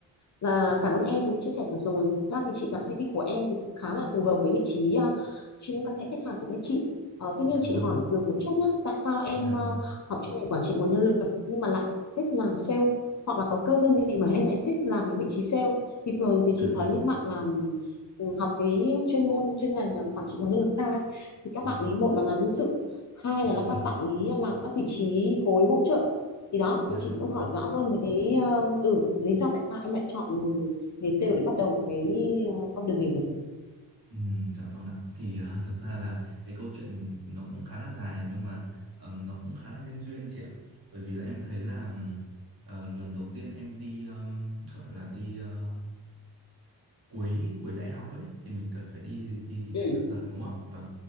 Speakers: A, on the left (about 40°); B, on the right (about 45°).
A: Và cảm ơn em vì những chia sẻ vừa rồi. Thực ra thì chị đọc CV của em thì cũng khá là phù hợp với vị trí ờ, chuyên viên quan hệ khách hàng của bên chị. Ờ, tuy
B: dạ
A: nhiên chị
B: vâng
A: hỏi Tường một chút nhé, tại sao em
B: dạ
A: ờ,
B: vâng
A: học chuyên ngành quản trị nguồn nhân lực nhưng mà lại thích làm sale hoặc là có cơ duyên gì mà em lại thích làm những vị trí sale? Thì thường thì chị
B: à,
A: thấy những bạn làm ừ, học cái chuyên môn chuyên ngành ờ, quản trị nguồn nhân lực ra ấy, thì các
B: dạ
A: bạn ý
B: vâng
A: một là làm nhân sự, hai
B: dạ
A: là, là
B: vâng
A: các bạn ý làm các vị trí khối hỗ trợ. Thì đó
B: dạ
A: thì chị
B: đúng
A: cũng muốn
B: rồi
A: hỏi rõ hơn về cái ờ, Ừ, lý do tại sao em lại chọn nghề sale để bắt đầu cái ờ, con đường nghề nghiệp nhỉ?
B: Ừm, dạ vâng ạ thì ờ, thực ra là cái câu chuyện nó cũng khá là dài nhưng mà ờm, nó cũng khá là nhân duyên chị ạ bởi vì là em thấy là ừm, ờ, lần đầu tiên em đi ờm, gọi là đi ờ, cuối cuối đại học ấy thì mình cần phải đi đi gì
A: Ừ,
B: nhỉ thực tập đúng không ạ vâng